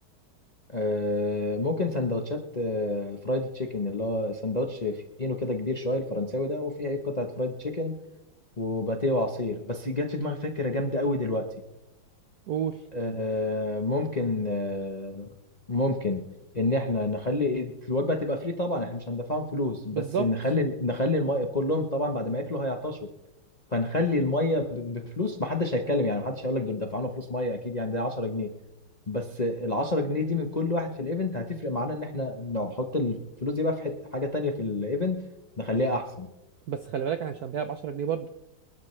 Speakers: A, on the left (about 35°); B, on the right (about 70°).
A: آه، ممكن سندوتشات آه، فرايد تشيكن اللي هو سندوتش فينو كده كبير شويه الفرنساوي ده وفيه ايه قطعه فرايد تشيكن وباتيه وعصير بس جت في دماغي فكره جامده قوي دلوقتي
B: قول
A: آه، ممكن آه، ممكن ان احنا نخلي الوجبه تبقى فري طبعا احنا مش هندفعهم فلوس بس
B: بالظبط
A: نخلي نخلي الميه كلهم طبعا بعد ما ياكلوا هيعطشوا فنخلي الميه ب- بفلوس محدش هيتكلم يعني محدش هيقول لك دول دفعونا فلوس ميه اكيد يعني ده 10 جنيه بس ال 10 جنيه دي من كل واحد في الايفنت هتفرق معانا ان احنا نحط الفلوس دي بقى في حته حاجه تانية في الايفنت نخليها احسن
B: بس خلي بالك احنا مش هنبيعها ب 10 جنيه برضه